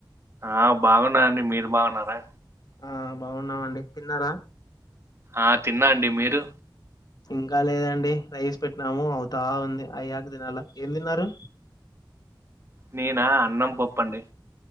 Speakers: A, on the right (about 30°); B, on the left (about 50°).
A: అ బాగున్న అండి మీరు బాగున్నారా
B: అ బాగున్నామండి తిన్నరా
A: అ తిన్న అండి మీరు
B: ఇంకా లేదండి రైస్ పెట్టినము అవుతా ఉంది అయ్యాక తినాల ఏం తిన్నారు
A: నేనా అన్నం పప్పండి